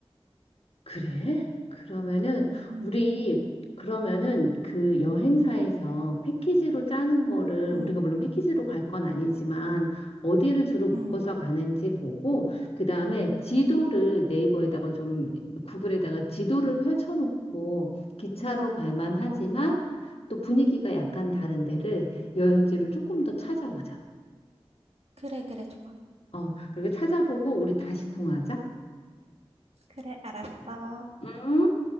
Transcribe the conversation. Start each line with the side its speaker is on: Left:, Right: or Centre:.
Left: 그래? 그러면은
Right: 음,
Left: 우리 그러면은 그 여행사에서 패키지로 짜는 거를
Right: 음,
Left: 우리가 물론 패키지로 갈 건 아니지만 어디를 주로 묶어서
Right: 음.
Left: 가는지 보고 그다음에 지도를
Right: 음.
Left: 네이버에다가 좀 구글에다가 지도를 펼쳐놓고 기차로 갈 만하지만 또 분위기가 약간 다른 데를 여행지를 조금 더 찾아보자.
Right: 그래, 그래, 좋아.
Left: 어, 그리고 찾아보고 우리 다시 통화하자.
Right: 그래, 알았어.
Left: 음.